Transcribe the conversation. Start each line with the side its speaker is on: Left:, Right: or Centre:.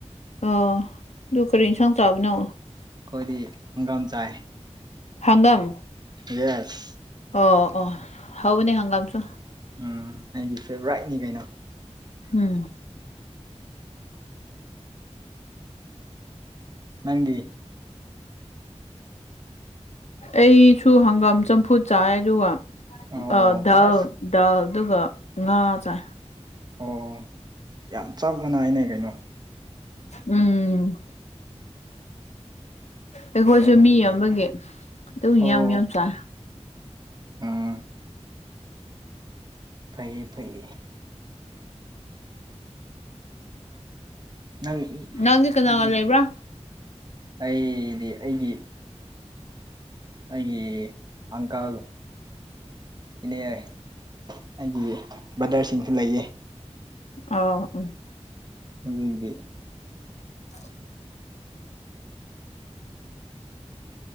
Left: ꯑꯣ ꯑꯗꯨ ꯀꯔꯤ ꯏꯟꯁꯥꯡ ꯆꯥꯕꯅꯣ
Right: ꯑꯩꯈꯣꯏꯗꯤ ꯍꯪꯒꯥꯝ ꯆꯥꯏ
Left: ꯍꯪꯒꯥꯝ
Right: ꯌꯦꯁ
Left: ꯑꯣ ꯑꯣ ꯍꯅꯦ ꯍꯪꯒꯥꯝꯁꯨ
Right: ꯎꯝ ꯑꯩꯒꯤ ꯐꯦꯕꯣꯔꯥꯏꯠꯅꯤ ꯀꯩꯅꯣ
Left: ꯎꯝ
Right: ꯅꯪꯗꯤ
Left: ꯑꯩꯁꯨ ꯍꯪꯒꯥꯝ ꯆꯝꯐꯨꯠ ꯆꯥꯏ ꯑꯗꯨꯒ
Right: ꯑꯣ
Left: ꯑ ꯗꯥꯜ
Right: ꯑꯁ
Left: ꯗꯥꯜ ꯑꯗꯨꯒ ꯉꯥ ꯆ
Right: ꯑꯣ ꯌꯥꯝ ꯆꯞ ꯃꯥꯟꯅꯏꯅꯦ ꯀꯩꯅꯣ
Left: ꯎꯝ ꯑꯩꯈꯣꯏꯁꯨ
Right: ꯌꯥꯝ
Left: ꯃꯤ
Right: ꯐꯩꯌꯦ
Left: ꯑꯃꯒꯤ ꯑꯗꯨꯝ
Right: ꯑꯣ
Left: ꯌꯥꯝ ꯌꯥꯝ ꯆꯥ
Right: ꯎꯝ ꯐꯩꯌꯦ ꯐꯩꯌꯦ ꯅꯪ
Left: ꯅꯪꯗꯤ ꯀꯅꯥꯒ
Right: ꯎꯝ
Left: ꯂꯩꯕ꯭ꯔꯥ
Right: ꯑꯩꯗꯤ ꯑꯩꯒꯤ ꯑꯩꯒꯤ ꯑꯪꯀꯜ ꯏꯅꯦ ꯑꯩꯒꯤ ꯕ꯭ꯔꯗꯔꯁꯤꯡꯁꯨ ꯂꯩꯌꯦ
Left: ꯑ ꯎ
Right: ꯑꯗꯨꯗꯒꯤꯗꯤ
Left: ꯎꯝ